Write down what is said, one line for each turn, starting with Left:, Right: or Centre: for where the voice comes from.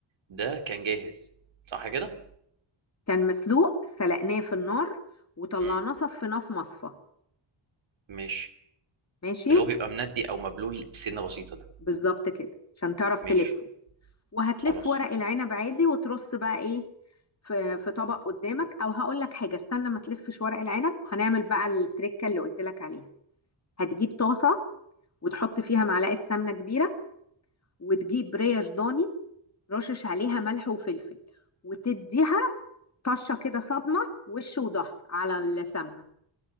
Right: ده كان جاهز صح كده
Left: كان مسلوق سلقناه في النار وطلعناه
Right: مم.
Left: صفيناه في مصفى
Right: ماشي
Left: ماشي
Right: اللي هو بيبقى مندي او مبلول سنة بسيطة ده
Left: بالظبط كده عشان تعرف
Right: ماشي
Left: تلفه وهتلف
Right: خلاص
Left: ورق العنب عادي وترص بقى ايه في في طبق قدامك او هقول لك حاجه استنى ما تلفش ورق العنب هنعمل بقى التركه اللي قلت لك عليها هتجيب طاسه وتحط فيها معلقه سمنه كبيره وتجيب ريش ضاني رشش عليها ملح وفلفل وتديها طشه كده صدمه وش وظهر على السمنه